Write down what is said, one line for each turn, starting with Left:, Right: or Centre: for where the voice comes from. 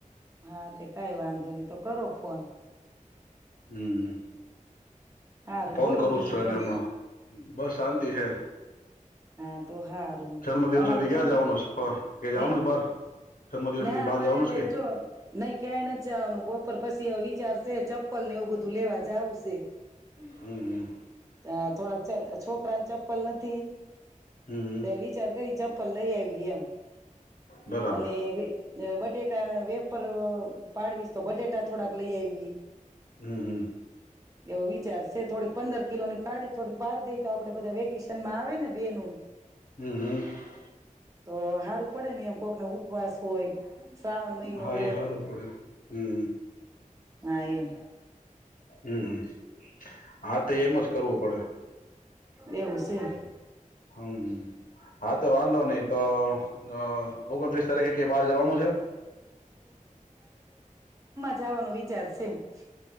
Right: હા તે કાઈ વાંધો નહી. તો કરો ફોન.
Left: હમ્મ.
Right: હારું
Left: ફોન
Right: બોલો
Left: કરું
Right: બીજું
Left: જ સું એને
Right: નવીન
Left: હમણાં. બસ શાંતિ હે.
Right: હા તો હારું
Left: જર્મ દિવસ
Right: અમારે
Left: ના દિ ક્યાં
Right: જો ને
Left: જાવાનું સ ફર, કેય જાવાનું
Right: હે
Left: છ બહાર? જન્મદિવસ
Right: ના
Left: નથી બહાર
Right: અમારે
Left: જવાનું
Right: હવે
Left: છે કે
Right: જો, નહી ક્યાંય નથ જાવાનું બપોર પછી. વે વિચાર શે ચપ્પલ ને એવું બધું લેવા જાઉ સ સે.
Left: હમ્મ-હમ્મ.
Right: તા થોડાક <unintelligible> છોકરા ન ચપ્પલ નથી.
Left: હમ હમ
Right: તે વિચાર કરી ચપ પલ લઈ આવીયે એમ.
Left: બરાબર
Right: અને વે ને બટેટા અન વેફર પાડવીશ તો બટેટા થોડાક લઈ આયવી.
Left: હમ હમ
Right: એવો વિચારશે થોડીક પંદર કિલોની પાડી થોડીક પાડ દઈ તો આપડે બધાય વેકેશન ના આવે ને બેનૂ.
Left: હમ હમ
Right: તો હારું પડેને એમ કોકનો ઉપવાસ હોય. શ્રાવણ મહિનો
Left: હા
Right: હોય
Left: એ સારું પડે હમ
Right: હા એમ
Left: હમ્મ હમ્મ હા, તો એમ જ કરવું પડે. હમ્મ
Right: એવું છે.
Left: હમ્મ, હા, તો વાંધો નહી તો અ ઓગનત્રીસ તારીખે કે બહાર જવાનું છે?
Right: જાવાનો વિચાર છે. <unintelligible>